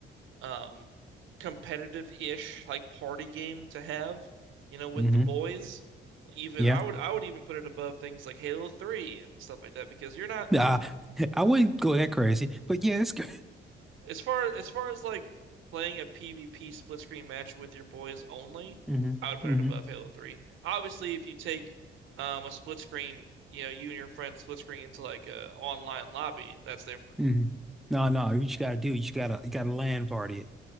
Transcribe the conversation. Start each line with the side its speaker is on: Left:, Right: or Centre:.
Right: um competitive-ish like party game to have, you know, with
Centre: Mm-hmm.
Right: the boys. Even
Centre: Yeah.
Right: I would I would even put it above things like Halo 3 and stuff like that because you're not
Centre: Uh, <laughs> I wouldn't go that crazy, but yeah, it's good.
Right: as far as far as like playing a PvP split screen match with your boys only,
Centre: Mm-hmm.
Right: I would put
Centre: Mm-hmm.
Right: it above Halo 3. Obviously, if you take um a split screen, you know, you and your friend split screen into like a online lobby, that's different.
Centre: Mm-hmm. No, no, you just gotta do it. You just gotta you gotta land party it.